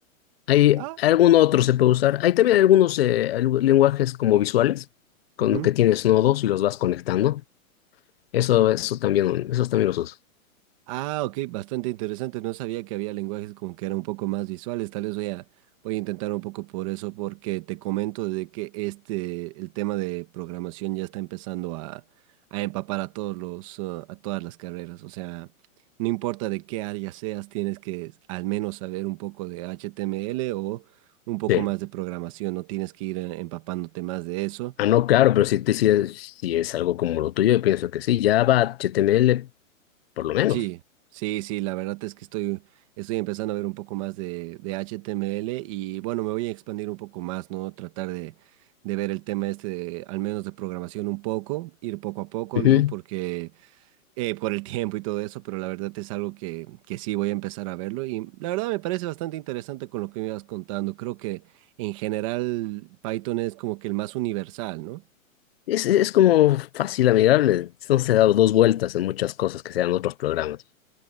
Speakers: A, on the left; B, on the right.
A: ¿Hay
B: Ah,
A: algún otro se puede usar? Hay también algunos eh, algu- lenguajes como visuales, con
B: ujú.
A: que tienes nodos y los vas conectando. Eso, eso también, esos también los uso.
B: Ah, ok, bastante interesante. No sabía que había lenguajes como que eran un poco más visuales. Tal vez voy a, voy a intentar un poco por eso, porque te comento de que este, el tema de programación ya está empezando a, a empapar a todos los, uh, a todas las carreras. O sea, no importa de qué área seas, tienes que al menos saber un poco de HTML o un poco
A: Sí.
B: más de programación. No tienes que ir eh, empapándote más de eso
A: Ah, no, claro, pero si, te- si, es, si es algo como lo tuyo, yo pienso que sí, Java, HTML, por lo menos.
B: Sí, sí, sí, la verdad es que estoy, estoy empezando a ver un poco más de, de HTML y bueno, me voy a expandir un poco más, ¿no? Tratar de, de ver el tema este, de- al menos de programación un poco, ir poco a poco,
A: Ujú.
B: ¿no? Porque eh, por el <laughs> tiempo y todo eso, pero la verdad es algo que, que sí voy a empezar a verlo y la verdad me parece bastante interesante con lo que me ibas contando. Creo que en general Python es como que el más universal, ¿no?
A: Es, es como fácil, amigable. No se ha dado dos vueltas en muchas cosas que sean otros programas.